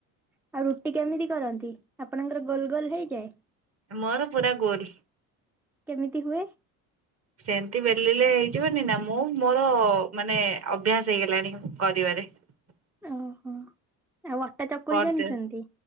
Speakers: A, in the centre; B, on the right.
A: ଆଉ ରୁଟି କେମିତି କରନ୍ତି ଆପଣଙ୍କର ଗୋଲ ଗୋଲ ହେଇଯାଏ?
B: ମୋର ପୁରା ଗୋଲ
A: କେମିତି ହୁଏ?
B: ସେମିତି ବେଲିଲେ ହେଇଯିବନି ନା। ମୁଁ ମୋର ମାନେ ଅଭ୍ୟାସ ହେଇଗଲାଣି କରିବାରେ ।
A: ଓ ହୋ। ଆଉ ଅଟା ଚକୁଳି
B: କରିଦେ
A: ଜାଣିଚନ୍ତି?